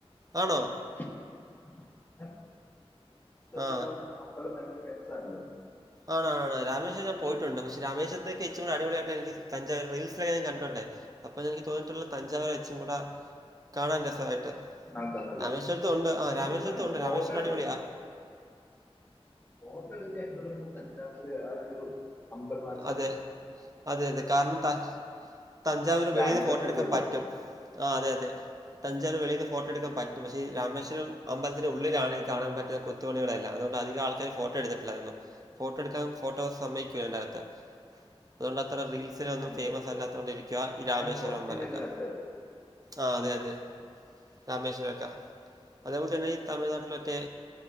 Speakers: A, on the right; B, on the left.
A: ആണോ
B: <unintelligible>
A: ആ.
B: ഇപ്പം അമ്പളം ഭയങ്കര ഫേമസ് ആണല്ലോ
A: ആണ് ആണ് ആണ് രാമേശ്വരം ഞാൻ പോയിട്ടുണ്ട് പക്ഷെ രമേശ്വരത്തെക്കാ ഇച്ചിരൂടെ അടിപൊളായിട്ട് എനിക്ക് തഞ്ചാവൂര് റീൽസിലൊക്കെ ഞാൻ കണ്ടിട്ടുണ്ടേ അപ്പം എനിക്ക് തോന്നിയിട്ടുള്ളത് തഞ്ചാവൂരാ ഇച്ചിരി കൂടെ കാണാൻ രസമായിട്ട്
B: നല്ലതല്ലേ
A: രാമേശ്വരത്തും ഉണ്ട് ആഹ്
B: എനിക്ക്
A: രാമേശ്വരത്തുണ്ട്
B: തോന്നുന്നുണ്ട് ഫോട്ടോ
A: രാമേശ്വരം
B: എടുക്കാൻ
A: അടിപൊളിയാ
B: ഫോട്ടോ എടുക്കാൻ എന്തുകൊണ്ടും തഞ്ചാവൂര് ആഹ് ഒരു അമ്പത്തി നാല് സെക്കൻഡ്
A: അതെ. അതെ അതെ കാരണം ത തഞ്ചാവൂര്
B: ഒരു
A: വെളീന്ന്
B: അന്തസ്സൊക്കെ
A: ഫോട്ടോ എടുക്കാൻ
B: ഉള്ള
A: പറ്റും ആഹ് അതെ അതെ തഞ്ചാവൂര് വെളീന്ന് ഫോട്ടോ എടുക്കാൻ പറ്റും പക്ഷേ രാമേശ്വരം അമ്പലത്തിന്റെ ഉള്ളിലാണ് ഈ കാണാൻ പറ്റാത്തെ കൊത്തു പണികളെല്ലാം അതുകൊണ്ട് അധികം ആൾക്കാര് ഫോട്ടോ എടുത്തിട്ടില്ല അതൊന്നും ഫോട്ടോ എടുക്കാൻ ഫോട്ടോ സമ്മ <unintelligible> അതുകൊണ്ട് അത്ര റീൽസ് ത്തിനൊന്നും
B: അതെ
A: ഫേമസ് അല്ലാത്തൊണ്ടേയ്ര്ക്കും ആ ഈ
B: ഞാൻ
A: രാമേശ്വരം
B: പുറത്തുനിന്ന്
A: അമ്പലൊക്കെ
B: കണ്ടായിരുന്നു
A: ആഹ് അതെ അതെ രാമേശ്വരത്ത അതേപോലെ തന്നെ ഈ തമിഴ്നാട്ടിൽ മറ്റേ